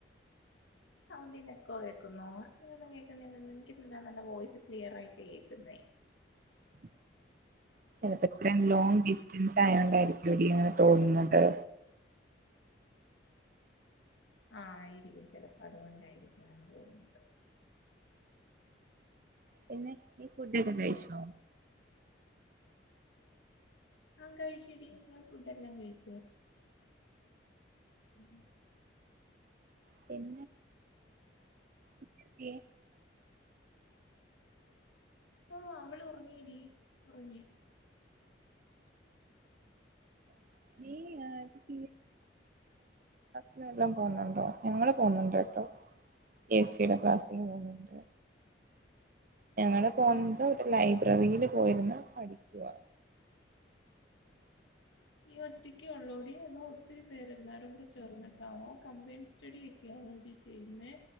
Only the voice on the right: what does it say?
<unintelligible> ചിലപ്പോ ഇത്രയും ലോങ് ഡിസ്റ്റൻസ് ആയോണ്ടായിരിക്കും എടി അങ്ങനെ തോന്നുന്നത്
പിന്നെ ഈ ഫുഡൊക്കെ കഴച്ചോ
പിന്നെ ഉറി
ആ ിന എല്ലാം പോകുന്നുണ്ടോ ഞങ്ങള് പോുന്നുണ്ടോ കേട്ടോ എ സിയുടെ ക്ലാസ്സിന് പോണ്ട് ഞങ്ങ പോന്ത ഒരു ലൈബ്രറിയില് പോയിന്ന് പഠിക്കുവ